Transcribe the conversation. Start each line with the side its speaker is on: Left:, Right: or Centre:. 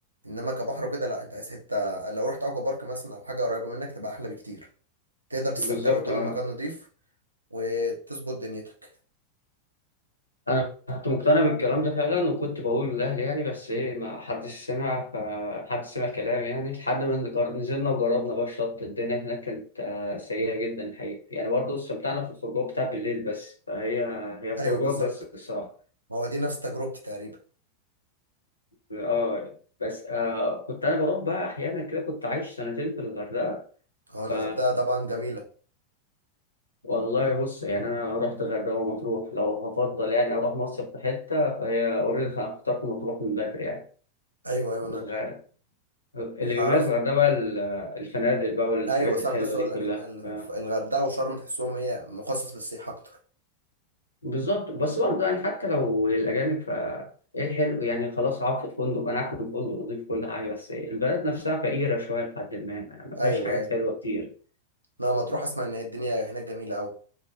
Right: انما كبحر وكده لا انت عايز حته لو رحت اوكا بارك مثلا او حاجه قريبه منك تبقى احلى بكتير تقدر تستمتع
Left: بالظبط
Right: ويكون
Left: اه
Right: المكان نضيف وتظبط دنيتك
Left: انا كنت مقتنع بالكلام ده فعلا وكنت بقول لاهلي يعني بس ايه ما حدش سمع فحد سمع كلام يعني لحد ما نجر- نزلنا وجربنا بقى الشط الدنيا هناك كانت آه، سيئه جدا الحقيقه يعني برضه استمتعنا في الخروجات بتاع بالليل بس فهي هي
Right: ايوه
Left: خروجات
Right: بالظبط
Left: بس الصراحه
Right: ما هو دي نفس تجربتي تقريبا
Left: اه بس آه كنت انا بروح بقى احيانا كده كنت عايش سنتين في الغردقه
Right: هو الغردقه
Left: ف
Right: طبعا جميله
Left: والله بص يعني انا رحت الغردقه ومطروح لو هفضل يعني اروح مصيف في حته فهي اوريدي انا اخترت مطروح من بدري يعني
Right: ايوه ايوه
Left: الغ-
Right: انا
Left: اللي
Right: اللي
Left: بيميز
Right: اعرفه
Left: الغردقه بقى ال- الفنادق بقى والحاجات
Right: ايوه صح
Left: الحلوه
Right: كنت لسه
Left: دي
Right: اقول
Left: كلها
Right: لك ان
Left: ف...
Right: الغردقه وشرم تحسهم هي مخصص للسياحه اكتر
Left: بالظبط بس برضه يعني حتى لو للاجانب ف ايه الحلو يعني خلاص اقعد في الفندق انا عارف ان الفندق نضيف كل حاجه بس البلد نفسها فقيره شويه لحد ما ما فيهاش
Right: ايوه
Left: حاجات
Right: ايوه
Left: حلوه كتير
Right: لا ما تروح اسمع ان هي الدنيا هناك جميله قوي